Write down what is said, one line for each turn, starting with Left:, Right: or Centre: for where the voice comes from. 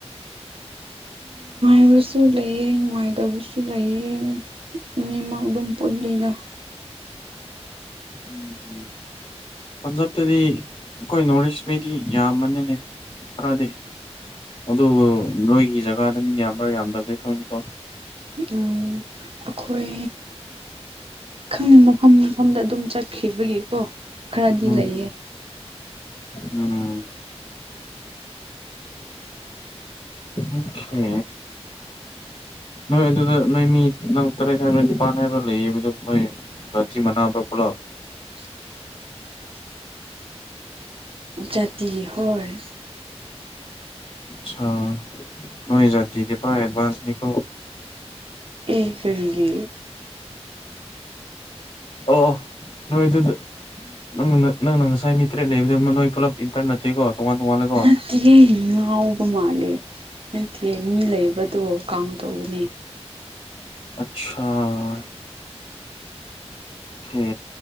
Right: ꯅꯨꯡꯕꯁꯨ ꯂꯩꯑꯦ ꯅꯨꯡꯉꯥꯏꯇꯕꯁꯨ ꯂꯩꯑꯦ ꯃꯤꯃꯥꯡ ꯑꯗꯨꯝ ꯄꯨꯜꯂꯤꯒ
Left: ꯎꯝ ꯄꯟꯖꯥꯕꯇꯗꯤ ꯑꯩꯈꯣꯏ ꯅꯣꯔꯠ ꯏꯁ ꯃꯤꯗꯤ ꯌꯥꯝꯃꯅꯤꯅꯦ ꯀꯗꯤ ꯑꯗꯨꯒ ꯅꯣꯏꯒꯤ ꯖꯒꯥꯗ ꯃꯤ ꯌꯥꯝꯕ꯭ꯔꯥ ꯌꯥꯝꯗꯕꯗꯩ ꯈꯪꯉꯦꯀꯣ
Right: ꯎꯝ ꯑꯩꯈꯣꯏ ꯈꯪꯅꯤ ꯃꯐꯝ ꯃꯐꯝꯗ ꯑꯗꯨꯝ ꯆꯠ ꯈꯤꯕꯒꯤꯀꯣ ꯈꯔꯗꯤ
Left: ꯎꯝ
Right: ꯂꯩꯌꯦ
Left: ꯎꯝ ꯑꯣꯈꯦ ꯅꯣꯏ ꯑꯗꯨꯗ ꯅꯣꯏ ꯃꯤ ꯅꯪ ꯇꯔꯦꯠ ꯍꯥꯏꯕ꯭ꯔꯥ ꯅꯤꯄꯥꯟ ꯍꯥꯏꯕ꯭ꯔꯥ ꯂꯩꯌꯦꯕꯗꯣ ꯅꯣꯏ ꯕꯥꯊꯤ ꯃꯅꯥꯎꯗꯣ ꯄꯨꯂꯞ
Right: <inaudible> ꯖꯥꯇꯤ ꯍꯣꯏꯁ
Left: ꯁꯥ ꯅꯣꯏꯖꯇꯤꯗꯤ ꯄꯥ ꯑꯦꯚꯥꯟꯁꯅꯤꯀꯣ
Right: ꯑꯦ ꯀꯔꯤꯒꯤ
Left: ꯑꯣ ꯅꯣꯏ ꯏꯗꯨ ꯅꯪ ꯅꯪꯅ ꯉꯁꯥꯏ ꯃꯤ ꯇꯔꯦꯠ ꯂꯩꯕꯗꯨ ꯅꯣꯏ ꯄꯨꯂꯞ ꯏꯟꯇꯔ ꯅꯠꯇꯦꯀꯣ ꯇꯣꯉꯥꯟ ꯇꯣꯉꯥꯟꯂꯦꯀꯣ
Right: ꯅꯠꯇꯒ ꯉꯎꯕ ꯃꯥꯜ ꯅꯠꯇꯦ ꯃꯤ ꯂꯩꯕꯗꯣ ꯀꯥꯡ ꯇꯧꯕꯅꯦ
Left: ꯑꯆꯥꯥ ꯦ